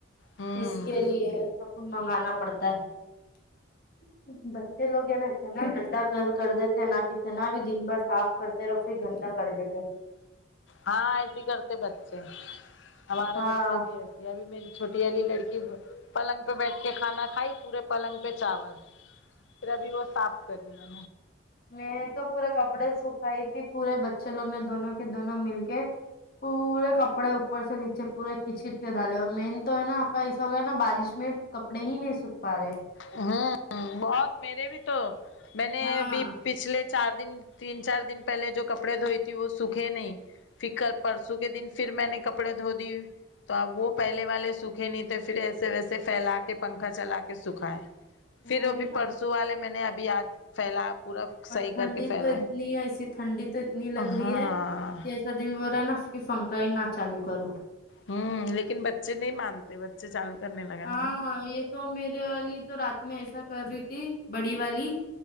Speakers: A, on the left; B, on the left.
A: ہوں
B: اس کے لیے منگانا پڑتا ہے بچے لوگ ہیں نا اتنا گندا گھر کر دیتے نہ کتنا بھی دن بھر صاف کر پھر سے گندا کر دیتے
A: ہاں ایسیے کرتے بچے ہمارے
B: ہاں
A: بچے بھی ایسے یا بھی میری چھوٹی والی لڑکی پلنگ پہ بیٹھ کے کھانا کھائی پورے پلنگ پہ چاول پھر ابھی وہ صاف کرتی ہے
B: میں تو پورے کپڑے سکھائی تھی پورے بچے لوگ نے دونوں کے دونوں مل کے پورے کپڑے اوپر سے نیچے پورے کھیچ کھیچ کے دالے اور مین تو ہے نا آپا ایسا ہو گیا نا بارش میں کپڑے ہی نہیں سکھ پا رہے
A: ہ بہت میرے بھی تو میں نے
B: ہاں
A: ابھی پچھلے چار دن تین چار دن پہلے جو کپڑے دھوئی تھی وہ سوکھے نہیں پھر کل پرسوں کے دن پھر میں نے کپڑے دھو دیے تو اب وہ پہلے والے سکھے نہیں تھے پھر ایسے ویسے فھیلا کے پنکھا چلا کے سکھائے
B: وہی
A: پھر وہ بھی
B: نا
A: پرسوں والے میں نے ابھی آج پھیلا پورا
B: اور
A: صحیح
B: ٹھنڈی
A: کر کے پھیلا
B: تو اتنی
A: ہے
B: ایسی ٹھنڈی تو اتنی لگ رہی
A: ہاں
B: ہے ایسا دل بول رہا ہے نہ پھنکا ہی نہ چالو کرو
A: ہوں لیکن بچے نہیں مانتے بچے چالو کرنے لگاتے
B: ہاں یہ تو میرے والی تو رات میں ایسا کر رہی تھی بڑی والی